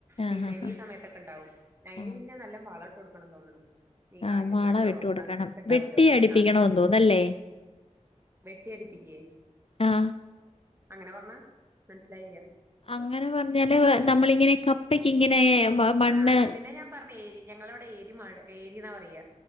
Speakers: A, on the left; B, on the right.
A: ആഹ്
B: പിന്നെ
A: ഹാ
B: ഈ സമയത്തൊക്കെ ഉണ്ടാവും അയിന്
A: ഹാ
B: പിന്നെ നല്ല വളട്ട് കൊടു ആണം തോന്നണു ഈ
A: ആഹ്
B: ആട്ടുംകാട്ടോ
A: മാള വിട്ട് കൊടുക്കണം
B: അങ്ങനെക്കെ ഇണ്ടാവലോ
A: വെട്ടി അടിപ്പിക്കണോന്ന്
B: അത്
A: തോന്നല്ലേ
B: വെട്ടിയടിപ്പിക്കയേ
A: ആഹ്
B: അങ്ങനെ പറഞ്ഞാ മനസ്സിലായില്ല
A: അങ്ങനെ പറഞ്ഞാല് നമ്മളിങ്ങനെ കപ്പയ്ക്ക് ഇങ്ങനെ മണ്ണ്
B: ആഹ് അതിനെ ഞാൻ പറഞ്ഞു ഏരി ഞങ്ങളവിടെ ഏരി മാട് ഏരി ന്നാ പറയ